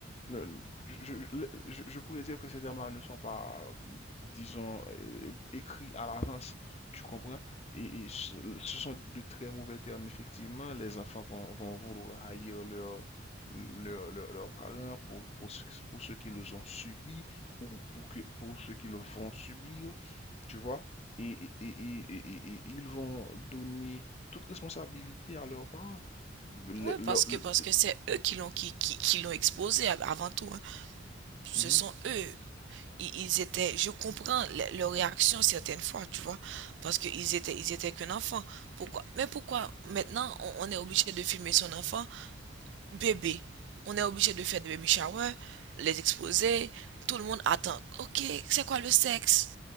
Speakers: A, on the left; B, on the right.
A: ne- je, je- je- je pourrais dire que ces termes-là ne sont pas, disons, euh, écrits à l'avance, tu comprends? Et, et ce ce sont de très mauvais termes, effectivement. Les enfants vont, vont vouloir haïr leur, leur- leur- leurs parents pour, pour, ce- pour ce qu'ils ont subi ou pour, que, pour ce qu'ils vont subir tu vois, et, et- et- et- et- ils vont donner toute responsabilité à leurs parents. Les-
B: Oui,
A: leur-
B: parce
A: le-
B: que parce que c'est eux qui l'ont qui, qui, qui l'ont exposé av- avant tout. hein. Ce
A: Mhm,
B: sont eux i- ils étaient, je comprends le- leur réaction certaines fois, tu vois, parce qu'ils étaient, ils étaient qu'un enfant. Pourquoi? Mais pourquoi maintenant on, on est obligé de filmer son enfant bébé? On est obligé de faire des baby showers, les exposer, tout le monde attend. Ok, c'est quoi le sexe?